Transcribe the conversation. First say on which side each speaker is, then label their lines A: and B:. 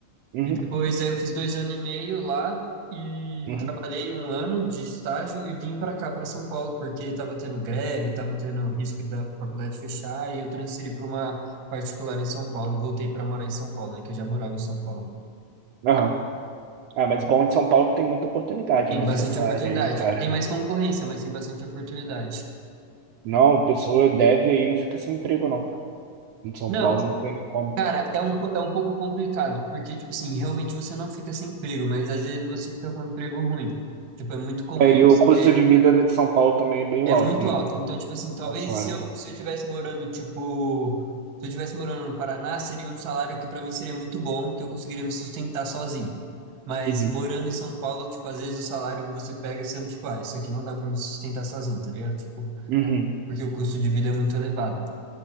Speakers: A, on the right; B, on the right.
A: Uhum,
B: E depois aí eu fiz dois anos e meio lá e
A: uhum,
B: trabalhei um ano de estágio e vim para cá, para São Paulo, porque estava tendo greve, estava tendo risco da faculdade fechar e eu transferi para uma particular em São Paulo e voltei para morar em São Paulo, né? Que eu já morava em São Paulo.
A: aham. Ah, mas bom de São Paulo que tem muita oportunidade,
B: Tem
A: né,
B: bastante
A: pra essa
B: oportunidade.
A: área aí, cara.
B: Tem mais concorrência, mas tem bastante oportunidade.
A: Não, pessoa deve aí não fica sem emprego, não, cara. Em São
B: Não,
A: Paulo não tem nem como.
B: Cara, é um, po- é um pouco complicado, porque, tipo assim, realmente você não fica sem emprego, mas às vezes você fica com um emprego ruim. Tipo, é muito comum
A: É, e
B: você...
A: o custo de vida de São Paulo também é bem
B: É
A: alto,
B: muito
A: né?
B: alto. Então, tipo assim, talvez
A: É foda.
B: se eu, se eu tivesse morando, tipo... Se eu tivesse morando no Paraná, seria um salário que pra mim seria muito bom, que eu conseguiria me sustentar sozinho. Mas
A: Uhum,
B: morando em São Paulo, tipo, às vezes o salário você pega sendo, tipo, ah, isso aqui não dá pra me sustentar sozinho, tá ligado? Tipo,
A: uhum.
B: porque o custo de vida é muito elevado.